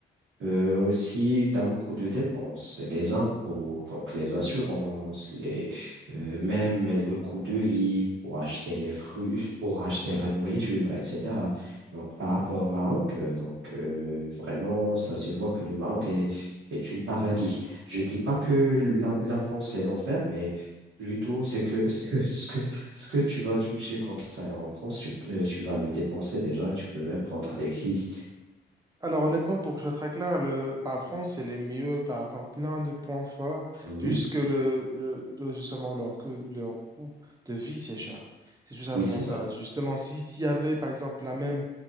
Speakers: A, on the right; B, on the right.
A: Euh, aussi, tu as beaucoup de dépenses, les impôts, donc les assurances, les, euh, même le coût de vie pour acheter les fruits, euh, pour acheter la nourriture, etc. Donc, par rapport au Maroc, euh, donc, euh, vraiment, ça se voit que le Maroc est, est une paradis. Je dis pas que la, la France est l'enfer, mais plutôt c'est que <laughs> ce que, ce que ce que tu vas toucher comme salaire en France, tu, euh, tu vas le dépenser déjà et tu peux même prendre des crises.
B: Alors honnêtement, pour que je sois très clair, le, bah, France, elle est mieux par rapport à plein de points forts,
A: Oui,
B: juste que le, le, le- justement, leur, que leur coût de vie, c'est cher. C'est tout simplement
A: oui, c'est
B: ça.
A: ça.
B: Justement, si, s'il y avait, par exemple, la même,